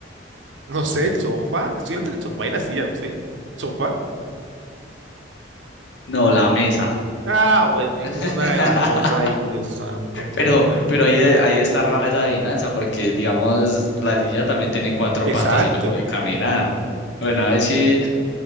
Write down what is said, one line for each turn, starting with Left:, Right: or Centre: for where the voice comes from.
Right: no sé, el sofá. Estoy entre el sofá y la silla, no sé. sofá.
Left: No, la mesa.
Right: Ah, bueno, ninguna
Left: <laughs>
Right: de las dos. Ay, Dios santo.
Left: Pero, pero ahí, eh, ahí está rara esa adivinanza, porque digamos, la silla también tiene cuatro
Right: Exacto.
Left: patas y no puede caminar. Bueno, ahí sí,